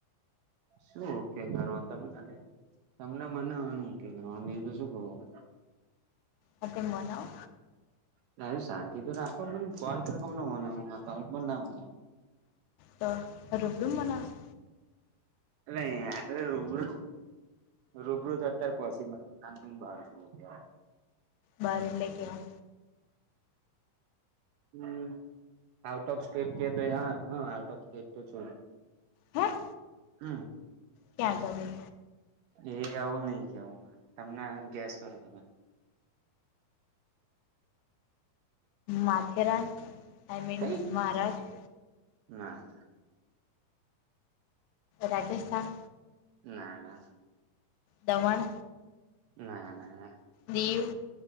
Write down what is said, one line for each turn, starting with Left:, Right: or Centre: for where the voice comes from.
Right: શું ઓકે કરવાનું તમને ખાલી તમને મનાવાનું ઓકે કરવાનો બીજું તો શું કવું.
Left: આ તો મનાવો.
Right: સારું શાંતિ તો રાખો પણ કોલ પર કમ ના મનાવું હા કોલ પર ના મનાવ.
Left: તો રૂબરૂ મનાવશો.
Right: અલા એ એટલે રૂબરૂ રૂબરૂ તો અતારે પોસિબલ બહાર છું અત્યારે
Left: બહાર એટલે ક્યાં?
Right: હમ આઉટ ઓફ સ્ટેટ કે તો હા હ આઉટ ઓફ સ્ટેટ તો છું.
Left: હા
Right: હા
Left: ક્યાં અગાડી?
Right: એ આવું નઈ કેવું મારે તમને ગેસ કરો તમે.
Left: માથેરાન આઈ મીન
Right: કઈ
Left: મહારાષ્ટ્ર.
Right: ના
Left: રાજસ્થાન
Right: ના ના
Left: દમણ
Right: ના ના ના
Left: દીવ